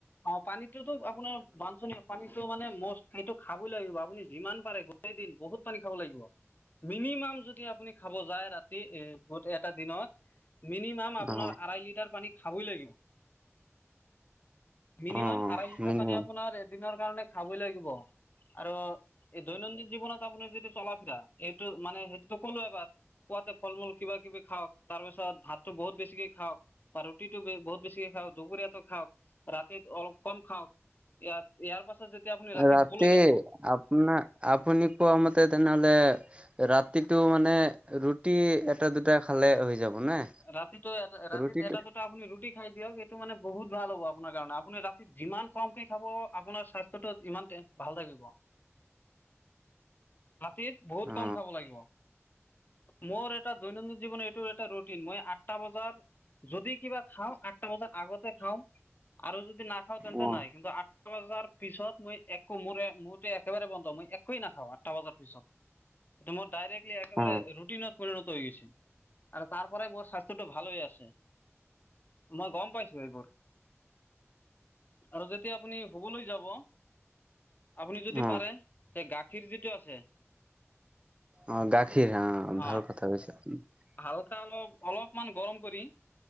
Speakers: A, on the left (about 40°); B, on the right (about 25°).
A: অ পানীততো আপোনাৰ বাঞ্চনীয় পানীটো মানে মষ্ট সেইটো খাবই লাগিব আপুনি যিমান পাৰে গোটেই দিন বহুত পানী খাব লাগিব। মিনিমাম যদি আপুনি খাব যায় ৰাতি এ গোট এটা দিনত মিনিমাম আপোনাৰ
B: অ
A: আঢ়াই লিটাৰ পানী খাবই লাগিব। মিনিমাম
B: অ
A: আঢ়াই লিটাৰ
B: মিনিমাম
A: পানী আপোনাৰ এদিনৰ কাৰণে খাবই লাগিব, আৰু এই দৈনন্দিন জীৱনত আপোনাৰ যিটো চলাফিৰা, এইটো মানে সেইটোতো ক'লো এবাৰ। পুৱাতে ফল - মূল কিবা - কিবি খাৱক, তাৰ পিছত ভাতটো বহুত বেছিকে খাৱক। বা ৰুটিটো বহুত বেছি খাওঁক, দুপৰীয়াতো খাওঁক ৰাতি অলপ কম খাওঁক। ইয়াৰ-ইয়াৰ পাছত যেতিয়া
B: ৰাতি
A: শুবলৈ যাব
B: আপনা আপুনি কোৱা মতে তেনেহ'লে ৰাতিটো মানে ৰুটি এটা দুটা খালে হৈ যাব নে?
A: ৰাতিটো এটা ৰাতিত
B: ৰুটিটো
A: এটা দু টা আপুনি ৰুটি খাই দিয়ক এইটো মানে বহুত ভাল হ'ব আপোনাৰ কাৰণে, আপুনি ৰাতি যিমান কমকে খাব আপোনাৰ স্বাস্থ্যটো যিমান তে ভাল থাকিব। ৰাতিত বহুত
B: অ
A: কম খাব লাগিব, মোৰ এটা দৈনন্দিন জীৱন এইটো এটা ৰুট টিন, মই আঠটা বজাৰ যদি কিবা খাওঁ আঠটা বজাৰ আগতে খাওঁ আৰু যদি না খাওঁ তেন্তে
B: অ
A: নাই, কিন্তু আঠটা বজাৰ পিছত মই একো মোৰ মোৰো একেবাৰে বন্ধ মই একোৱেই নাখাওঁ আঠটা বজাৰ পিছত। এটো মোৰ ডাইৰেক্টলি একেবাৰে
B: অ
A: ৰুটিনত পৰিণত হৈ গৈছে। আৰু তাৰ পৰাই মোৰ স্বাস্থ্যটো ভাল হৈ আছে। মই গম পাইছো এইবোৰ। আৰু যেতিয়া আপুনি শুবলৈ যাব আপুনি যদি
B: অ
A: পাৰে যে গাখীৰ যিটো আছে
B: অ', গাখীৰ হা, ভাল
A: অঁ
B: কথা কৈছে, উম।
A: হালকা অলপ অলপমান গৰম কৰি